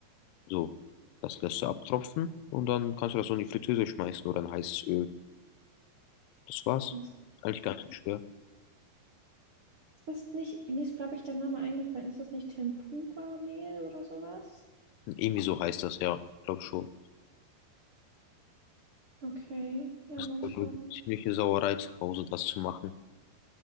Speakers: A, on the left; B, on the right.
A: So, das lässt du abtropfen und dann kannst du das so in die Fritteuse schmeißen oder in heißes Öl. Das war's.
B: Ist
A: Eigentlich gar nicht so schwer.
B: das nicht, mir ist, glaube ich, der Name eingefallen. Ist das nicht Tempura-Mehl oder sowas?
A: Irgendwie so heißt das, ja, glaube schon.
B: Okay, ja,
A: Das
B: mal
A: war,
B: schauen.
A: glaube ich, eine ziemliche Sauerei zu Hause, das zu machen.